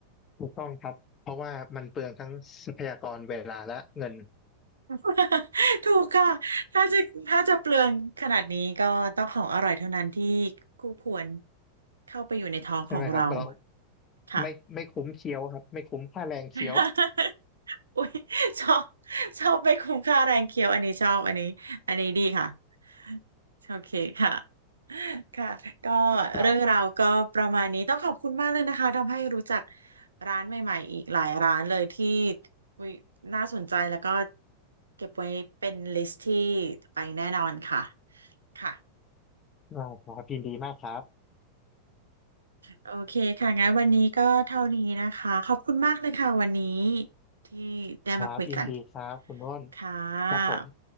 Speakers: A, on the left (about 25°); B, on the right (about 75°).
A: ถูกต้องครับ เพราะว่ามันเปลืองทั้งทรัพยากรเวลาและเงิน
B: <laughs> ถูกค่ะถ้าจะถ้าจะเปลืองขนาดนี้ก็ต้องของอร่อยเท่านั้นที่คู่ควรเข้าไปอยู่ในท้องของเรา
A: ใช่ไหมครับเรา
B: ค่ะ
A: ไม่ไม่คุ้มเคี้ยวครับไม่คุ้มค่าแรงเคี้ยว
B: <laughs> อุ้ยชอบชอบไมคุ้มค่าแรงเคี้ยวอันนี้ชอบอันนี้อันนี้ดีค่ะ โอเคค่ะ <laughs> ค่ะก็เรื่องราวก็ประมาณนี้ต้องขอบคุณมากเลยนะคะ
A: ครับ
B: ทำให้รู้จักร้านใหม่ๆอีกหลายร้านเลยที่อุ๊ยน่าสนใจแล้วก็เก็บไว้เป็นลิสต์ที่ไปแน่นอนค่ะค่ะ
A: เราครับยินดีมากครับ
B: โอเคค่ะงั้นวันนี้ก็เท่านี้นะคะขอบคุณมากเลยค่ะวันนี้ที่ได้มาคุยกัน
A: ครับยินดีครับคุณโน้น
B: ค่ะ
A: ครับผม